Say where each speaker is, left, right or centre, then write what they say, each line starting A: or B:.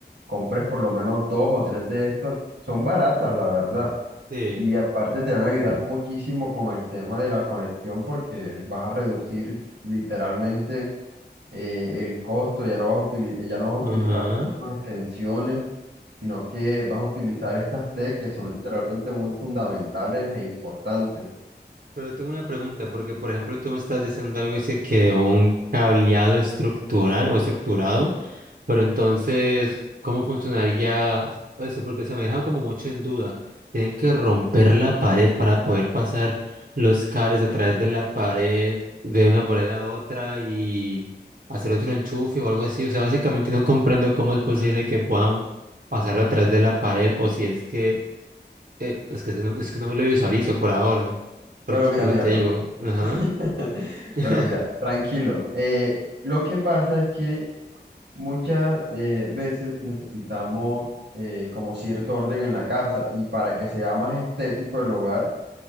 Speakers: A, on the right; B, on the right.
A: compres por lo menos dos o tres de estas. Son baratas, la verdad.
B: Sí.
A: Y aparte te van a ayudar muchísimo con el tema de la conexión porque vas a reducir literalmente eh, el costo, ya no vas a utili- ya no vas a
B: Ajá.
A: utilizar tantas extensiones, sino que vas a utilizar estas T que son literalmente muy fundamentales e importantes.
B: Pero tengo una pregunta, porque por ejemplo tú me estás diciendo algo, dice que un cableado estructural o estructurado, pero entonces, ¿cómo funcionaría eso? Porque se me deja como mucho en duda. Tienen que romper la pared para poder pasar los cables a través de la pared, de una pared a otra y hacer otro enchufe o algo así. O sea, básicamente no comprendo cómo es posible que puedan pasarlo a través de la pared o si es que Eh, es que, si no, es que no me lo visualizo por ahora, porque
A: Bueno, mira,
B: como
A: mira,
B: te
A: mira,
B: digo, ajá,
A: <laughs>
B: <laughs>
A: Bueno, mira, tranquilo. Eh, lo que pasa es que muchas eh, veces necesitamos eh, como cierto orden en la casa y para que sea más estético el hogar